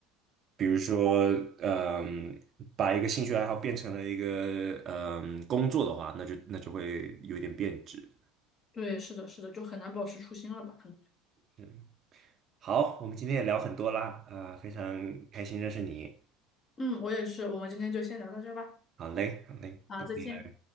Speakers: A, on the right; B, on the left.
A: 比如说，嗯，把一个兴趣爱好变成了一个嗯工作的话，那就那就会有点变质。
B: 对，是的，是的，就很难保持初心了吧？可能。
A: 嗯，好，我们今天也聊很多啦，啊、非常开心认识你。
B: 嗯，我也是，我们今天就先聊到这儿吧。
A: 好嘞，好嘞，
B: 好，
A: 拜拜
B: 再见。